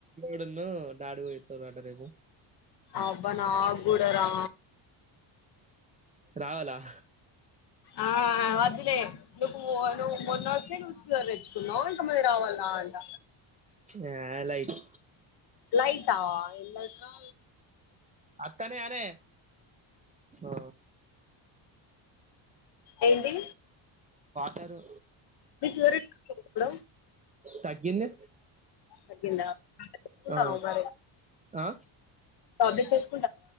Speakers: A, on the right; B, on the left.
A: నున్ను డాడీ వోయిత్తురు అంట రేపు
B: అబ్బా నా గూడ రా
A: రావాల
B: ఆ వద్దులే, నువ్వు నువ్వు మొన్న వచ్చి నువ్వు సూ రెచ్చుకున్నావు మమ్మీ రావాల అంట
A: ఆ లైట్
B: లైట్ ఆ ఎలా ట్రా
A: తనే అనేే ఆ
B: ఏంది?
A: తరు
B: మెచ్యూరిట్ లో
A: తగ్గింది
B: తగ్గిందా తింతానవ్
A: ఆ
B: మరి
A: ఆ
B: టాబ్లెట్స్ ఎస్